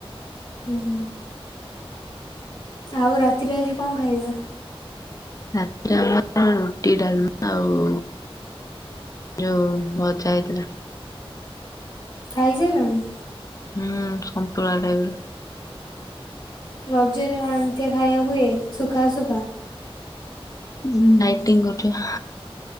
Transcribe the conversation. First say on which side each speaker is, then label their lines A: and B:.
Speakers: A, on the left; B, on the left.
A: ହୁଁ ଆଉ ରାତିରେ ଆଜି କଣ ଖାଇବ।
B: ରାତିରେ ଆମର ରୁଟି ଡାଲମା ଆଉ ଯୋଉ ଭଜା ହେଇଥିଲା।
A: ଖାଇସାଇଲଣି।
B: ହୁଁ ସନ୍ତୁଳା ଟାଇପ ର।
A: ରଜରେ କଣ ଏମିତିଆ ଖାଇବା ହୁଏ ସୁଖା ଶୁଖା।
B: ଡିଇଟିଙ୍ଗ କରୁଛି।